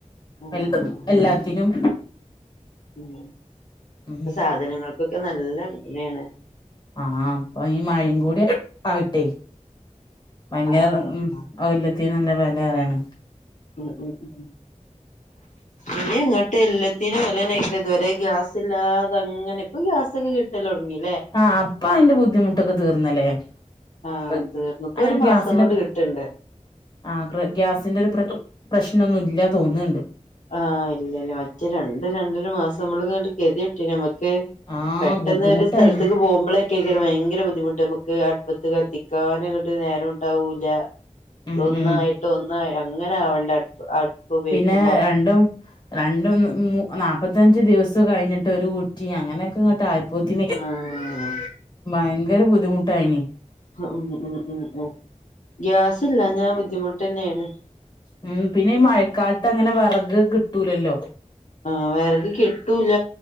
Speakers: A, on the left (about 75°); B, on the left (about 35°).
A: ആഹ്
B: എ എല്ലാത്തിനും
A: ഉം
B: ഉം
A: പ്പോ സാധനങ്ങൾക്കൊക്കെ നല്ല വെലെണ്
B: ആഹ് പ്പൊ ഈ മഴയും കൂടി ആയട്ടെ ഭയങ്കര
A: ആഹ് ആഹ്
B: ഉം
A: ആഹ്
B: എല്ലത്തീനും നല്ല വെലിം ഏറെണ്
A: ഉം ഉം ഉം ഇനി അങ്ങോട്ട് എല്ലാത്തിനും വിലനക്ക ഇതുവരെ ഗ്യാസ് ഇല്ലാതെ അങ്ങനെ ഇപ്പൊ ഗ്യാസൊക്കെ കിട്ടല് തൊടങ്ങി
B: ആഹ് ഇപ്പ അയിന്റെ ബുദ്ധിമുട്ടൊക്കെ തീർന്നല്ലേ
A: ആഹ്
B: ഇപ്പൊ
A: തീർന്നു പ്പോ
B: അങ്ങനെ
A: ഒരു മാസം
B: ഗ്യാസിന്റെ
A: കൊണ്ട് കിട്ട് ണ്ട്
B: ആഹ് ഗിർ ഗ്യാസിന്റെ ഒരു പ്ര പ്രശ്നൊന്നും ഇല്ല തോന്നണ്ട്
A: ആഹ് ഇല്ല ഇല്ല മറ്റേ രണ്ട് രണ്ടര മാസം മ്മളങ്ങാട്ട് ഗതികെട്ടിനു നമ്മക്ക്
B: ആഹ്
A: പെട്ടെന്ന്
B: ബുദ്ധിമുട്ടായിന്
A: ഒരു സ്ഥലത്തേക്ക് പോകുമ്പളേ ക്കെ ഭയങ്കര ബുദ്ധിമുട്ട് നമുക്ക് അടുപ്പത്ത് കത്തിക്കാനും അങ്ങട്ട് നേരം ഉണ്ടാവൂല്ല
B: ഉം
A: ഒന്നായിട്ട്
B: ഉം
A: ഒന്നായി അങ്ങനെ അവണ്ടെ അടുപ്പ് ഉപയോഗിക്കുമ്പോ
B: പിന്നെ രണ്ടും രണ്ടും മൂ നാപ്പത്തഞ്ച് ദിവസം കഴിഞ്ഞിട്ട് ഒരു കുറ്റി അങ്ങനെക്കെങ്ങട്ട് ആയപോത്തിന്
A: ആഹ്
B: ഭയങ്കര ബുദ്ധിമുട്ടായിന്
A: ഉം ഉം ഉം ഉം ഗ്യാസില്ലഞ്ഞാ ബുദ്ധിമുട്ടെനെണ്
B: ഉം പിന്നെ ഈ മഴക്കാലത്ത് അങ്ങനെ വെറക് കിട്ടൂലല്ലോ
A: ആഹ് വിറക് കിട്ടൂല